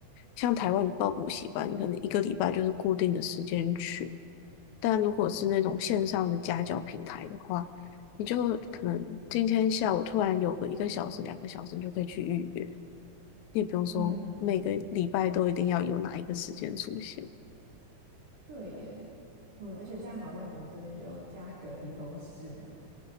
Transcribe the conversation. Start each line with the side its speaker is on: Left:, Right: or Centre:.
Left: 像台湾你报补习班，你可能一个礼拜就是固定的时间去，但如果是那种线上的家教平台的话，你就可能今天下午突然有个一个小时、两个小时，你就可以去预约，你也不用说每个礼拜都一定要有哪一个时间出现。
Right: 嗯。对耶，嗯，而且这样好像我们这边就有价格 <laughs> 优势嘛。